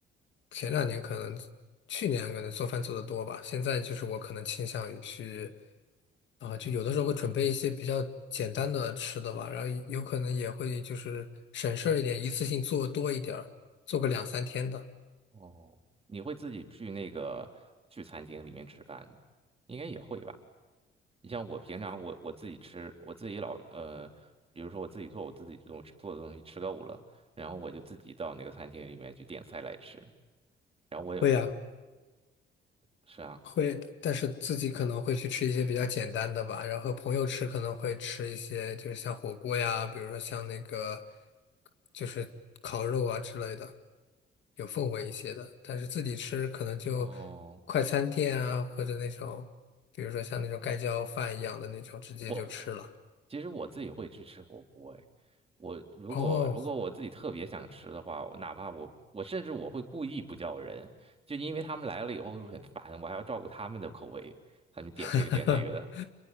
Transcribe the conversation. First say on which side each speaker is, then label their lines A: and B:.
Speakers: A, on the left (about 70°); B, on the right (about 30°).
A: 前两年可能，去年可能做饭做得多吧，现在就是我可能倾向于去，啊、就有的时候会准备一些比较简单的吃的吧，然后有可能也会就是省事儿一点，一次性做多一点儿，做个两三天的。
B: 哦，你会自己去那个去餐厅里面吃饭，应该也会吧？你像我平常我我自己吃，我自己老呃，比如说我自己做我自己做做的东西吃够了，然后我就自己到那个餐厅里面去点菜来吃，然后我有
A: 会呀、
B: 是啊，
A: 会，但是自己可能会去吃一些比较简单的吧，然后和朋友吃可能会吃一些，就是像火锅呀，比如说像那个就是烤肉啊之类的，有氛围一些的。但是自己吃可能就
B: 哦，
A: 快餐店啊，或者那种，比如说像那种盖浇饭一样的那种，直接就吃了。
B: 我其实我自己会去吃火锅，哎，我如果如果我自己特别想吃的话，
A: 哦，
B: 我哪怕我我甚至我会故意不叫人，就因为他们来了以后会很烦，我还要照顾他们的口味，他们点这个点那个的，
A: <laughs>